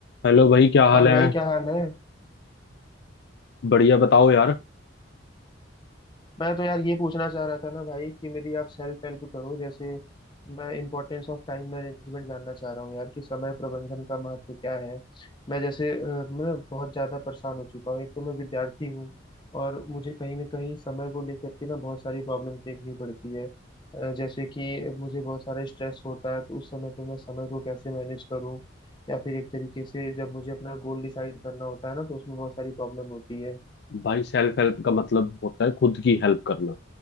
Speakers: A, on the left (about 60°); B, on the left (about 25°).
A: Hello भाई क्या हाल
B: और
A: है
B: भाई क्या हाल है
A: बढ़िया बताओ यार
B: मैं तो यार ये पूछना चाह रहा था ना भाई कि मेरी आप सेल्फ हेल्प करो जैसे मैं इम्पोर्टेंस ऑफ टाइम मैनेजमेंट जानना चाह रहा हूँ यार कि समय प्रबंधन का महत्व क्या है मैं जैसे अ, मैं बहुत ज़्यादा परेशान हो चुका हूँ एक तो मैं विद्यार्थी हूँ और मुझे कहीं ना कहीं समय को लेकर के ना बहुत सारी प्रॉब्लम्स देखनी पड़ती है अ, जैसे कि मुझे बहुत सारा स्ट्रेस होता है तो उस समय पे मैं समय को कैसे मैनेज करूँ या फिर एक तरीके से जब मुझे अपना गोल डिसाइड करना होता है ना तो उसमें बहुत सारी प्रॉब्लम होती है
A: भाई सेल्फ हेल्प का मतलब होता है खुद की हेल्प करना